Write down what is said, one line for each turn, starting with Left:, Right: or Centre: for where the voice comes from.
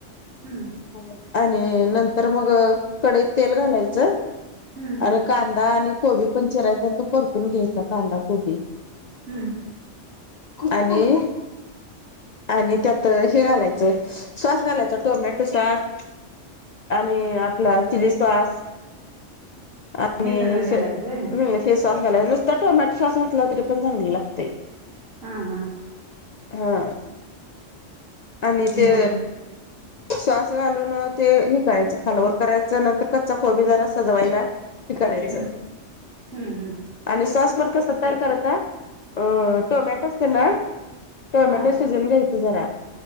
Right: हम्म
Left: हम्म आणि नंतर मग कडईत तेल घालायचं
Right: हम्म
Left: अन कांदा आणि कोबी पण चिरायचा आणि तो परतून घ्यायचा कांदा कोबी
Right: हम्म
Left: आणि आणि त्यात श घालायचें सॉस घालायच टोमॅटो सॉस आणि आपला चिली सॉस आणि
Right: हे सगळं घालायचं होय
Left: मी हे स्वास घालाय नुसत टोमॅटो स्वास घातला तरी पण चांगला लागते
Right: हा हा
Left: हा आणि ते
Right: बघ
Left: श्वास घालून ते हे करायच खालावर करायचं नंतर कच्चा कोबी जरा सजवायला हे करायचं
Right: हम्म हम्म हम्म
Left: आणि सॉस पण कसा तयार करायचा अ टोमॅटो असते ना टोमॅटो
Right: हा
Left: शिजवून घ्यायच जरा